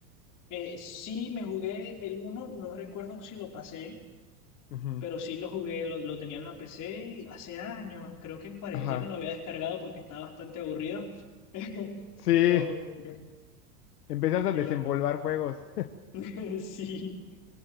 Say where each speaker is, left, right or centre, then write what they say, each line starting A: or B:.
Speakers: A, on the left (about 40°); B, on the left (about 80°).
A: Eh, sí, me jugué el uno no recuerdo si lo pasé,
B: Ujú.
A: pero sí lo jugué, lo, lo tenía en la PC hace años, creo que en cuarentena
B: Ajá.
A: lo había descargado porque estaba bastante aburrido <laughs>
B: Sí,
A: y lo jugué,
B: empezaste
A: y
B: a desenvolver
A: lo jugué.
B: juegos.
A: <laughs> Sí.